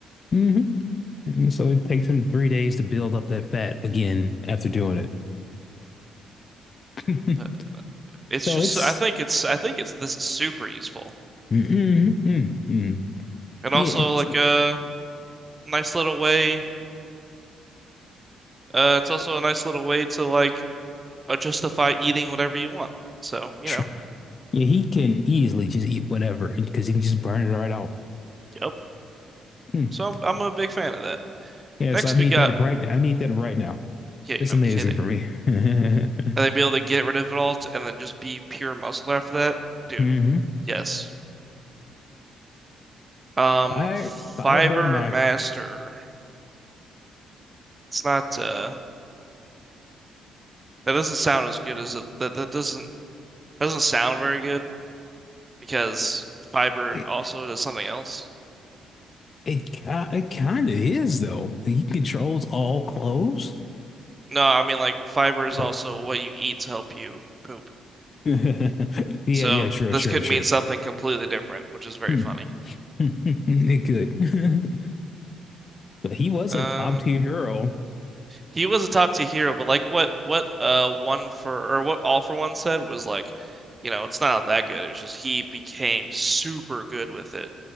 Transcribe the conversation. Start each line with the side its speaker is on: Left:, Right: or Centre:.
Left: hmm And so it takes him three days to build up that fat again after doing it.
Right: But
Left: <laughs>
Right: it's
Left: So
Right: just
Left: it's
Right: I think it's I think it's this is super useful.
Left: mm mm mm
Right: And
Left: Yeah,
Right: also
Left: it's
Right: like a nice little way uh it's also a nice little way to like uh, justify eating whatever you want. So, you
Left: true.
Right: know,
Left: Yeah, he can easily just eat whatever because he can just burn it right out.
Right: Yep.
Left: Hmm.
Right: so I'm, I'm a big fan of that.
Left: Yes,
Right: Next,
Left: I need
Right: we got,
Left: that right now. I need that right now.
Right: yeah,
Left: It's
Right: no
Left: amazing
Right: kidding.
Left: for me. <laughs>
Right: And then be able to get rid of it all to, and then just be pure muscle after that. Dude,
Left: hmm
Right: yes. Um,
Left: <laughs> Fire,
Right: Fiber
Left: fiber mac.
Right: Master. It's not, uh, that doesn't sound as good as it, that, that doesn't, doesn't sound very good because fiber
Left: It
Right: also does something else.
Left: it, ki- it kind of is though. Like, He controls all clothes.
Right: No, I mean, like, fiber is
Left: Well,
Right: also what you eat to help you poop.
Left: <laughs> yeah,
Right: So
Left: yeah, true,
Right: this
Left: true,
Right: could
Left: true.
Right: mean something completely different, which is very
Left: Hmm.
Right: funny.
Left: <laughs> It could, <laughs> but he was
Right: Uh,
Left: a top tier hero.
Right: he was a top tier hero, but like what what uh one for or what all for one said was like, you know, it's not that good. It's just he became super good with it.